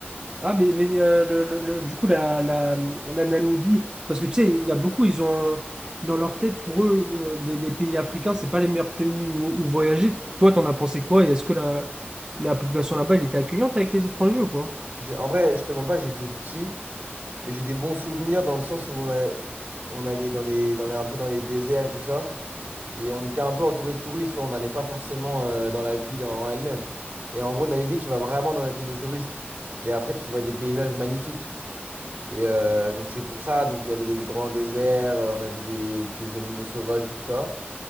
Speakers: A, on the right; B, on the right.
A: Ah, mais, mais euh, le, le- le- du coup, la, la, la Namibie, parce que tu sais, il y a beaucoup, ils ont dans leur tête, pour eux, le- les, les pays africains, c'est pas les meilleurs pays où, où voyager. Toi, t'en as pensé quoi? Et est-ce que la, la population là-bas, elle était accueillante avec les étrangers ou pas?
B: J'ai- En vrai, je te mens pas, j'étais petit, mais j'ai des bons souvenirs dans le sens où on, a- on allait dans les, dans les, un peu dans les déserts et tout ça, et on était un peu entouré de touristes, tu vois, on n'allait pas forcément euh, dans la ville en elle-même. Et en gros, Namibi, tu vas vraiment dans les trucs de touristes, mais après, tu vois des paysages magnifiques. Et euh, donc c'est pour ça, donc il y avait des grands déserts, euh, on a vu des, des animaux sauvages et tout ça.